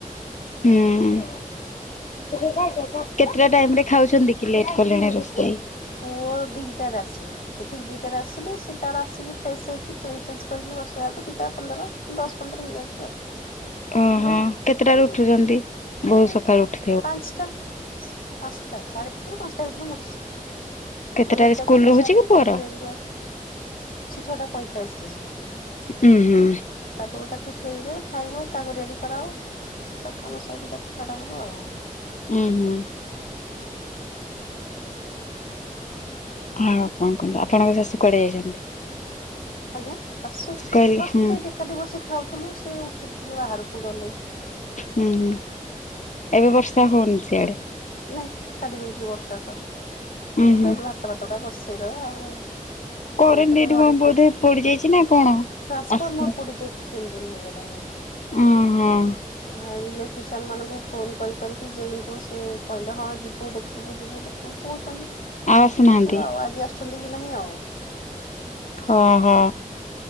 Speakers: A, on the left; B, on the left.
A: ହୁଁ। କେତେଟା ଟାଇମରେ ଖାଉଛନ୍ତି କି ଲେଟ୍ କଲେଣି ରୋଷେଇ?
B: ପୁଅ ଦି ଟାରେ ଆସିବ। ସେ ଠିକି ଦିଟାରେ ଆସିଲେ ସେ ତାର ଆସିକି ଫ୍ରେଶ ହେଇକି ଚେଞ୍ଜ ଚାଞ୍ଜ କରିକି ବସେ ଆଗ ଦିଟା ପନ୍ଦର ଦଶ ପନ୍ଦର ହେଇଯାଉଚି ଆଉ।
A: ଓହୋ କେତେଟାରୁୁ ଉଠୁଚନ୍ତି? ବହୁତ ସକାଳୁ ଉଠ୍
B: ପାଁଶଟା ପାଁଶଟା ସାଢେ ଚାରିଟାରୁ ପାଁଶଟା ଭିତରେ ମୁଁ ଉଠିଯିବି।
A: କେତେଟାରେ
B: ମୋ ନିତ୍ୟ
A: ସ୍କୁଲ
B: କର୍ମ
A: ରହୁଛି
B: ସାରିବି
A: କି ପୁଅର?
B: ତାକୁ ରେଡି ରୁଆ ସେ ଛଅଟା ପଇଁଚାଳିଶରେ ଯିବ।
A: ଉଁ ହୁଁ।
B: ତାପରକୁ ତା ଟିଫିନ୍ ଦିଅ ଖାଇବ ତାକୁ ରେଡି କରାଅ ସବୁ କାମ ସାରିକି ତାକୁ ଛାଡା ହବ ଆଉ। ହଁ।
A: ଉଁ ହୁଁ। ହଁ ଆପଣ କୁହନ୍ତୁ ଆପଣଙ୍କ ଶାଶୁ କୁଆଡ଼େ ଯାଇଚନ୍ତି?
B: ଆଜ୍ଞା ଶାଶୁ
A: କହିଲି
B: ବସିଥିଲେ
A: ହୁଁ
B: ଏଠି ଏକାଠି ବସି ଖାଉଥୁଲୁ ସେ ଉଠିକି ଟିକେ ବାହାରକୁ ଗଲେ।
A: ହୁଁ ହୁଁ ଏବେ ବର୍ଷା ହଉନି ସିଆଡ଼େ।
B: ନାଇଁ ଛାଡି ଯାଇଚି ବର୍ଷା ତ କହିଲି
A: ଉୁଁ ହୁଁ
B: ଯାଉଚି ଭାତ ଭାତ ଗୁଡା ବସେଇଦବା ଆଉ।
A: କରେଣ୍ଟ
B: କଣ କରିବା
A: ଏଇଠି
B: ଘରେ
A: କଣ
B: ଏକୁଟ
A: ବୋଧେ ପୋଡିଯାଇଛି ନା କଣ?
B: ଟ୍ରାନ୍ସଫର୍ମର
A: ଆସୁ
B: ପୋଡ଼ି ଯାଇଛି। ତିନ ଦିନ ହେଇଗଲାଣି
A: ଓହୋ ଆଉ
B: ହଁ ଇଲେକ୍ଟ ଟ୍ରିସିଆନ୍ ମାନଙ୍କୁ ଫୋନ କରି କରିିକି ଯେଇଙ୍କୁ ସେ କହିଲେ ହଁ ଯିବୁ ଦେଖିବୁ ଯିବୁ ଦେଖିବୁ କହୁଛନ୍ତି।
A: ଆସୁନାହାନ୍ତି
B: ଦେଖିବୁ ଆଉ ଆଜି ଆସ ଛନ୍ତିିକ କି ନାହିଁ ଆଉ।
A: ଓହୋ